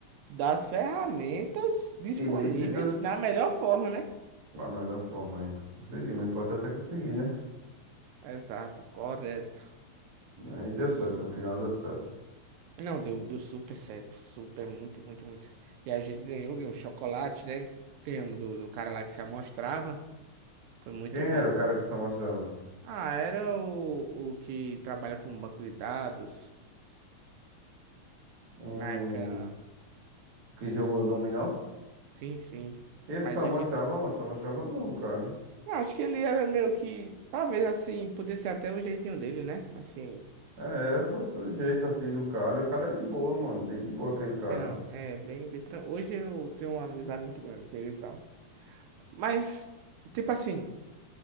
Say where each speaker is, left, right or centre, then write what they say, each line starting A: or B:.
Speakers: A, on the right (about 80°); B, on the right (about 70°).
A: das ferramentas disponíveis
B: Ilícitas,
A: na melhor forma, né?
B: da melhor forma aí. Conseguimos, o importante é conseguir, né?
A: Exato, correto.
B: Aí deu
A: E
B: certo, no final deu certo.
A: não, deu, deu super certo. Super, muito, muito, muito. E a gente ganhou, ganhou chocolate, né? Ganhamos do, do cara lá que se amostrava. Foi muito
B: Quem
A: bom.
B: era o cara que só mostrava?
A: Ah, era o, o que trabalha com banco de dados.
B: Hum,
A: Na época.
B: que jogou dominó?
A: Sim, sim.
B: Ele
A: Mas
B: só
A: hoje
B: mostrava,
A: em dia.
B: mano, só mostrava não, cara.
A: Eu acho que ele era meio que. Talvez assim, pudesse ser até o jeitinho dele, né? Assim.
B: É, botou o jeito assim do cara. O cara é de boa, mano, bem de boa aquele cara.
A: É, não, é bem, bem. tran- Hoje eu tenho uma amizade muito grande com ele e tal. Mas, tipo assim,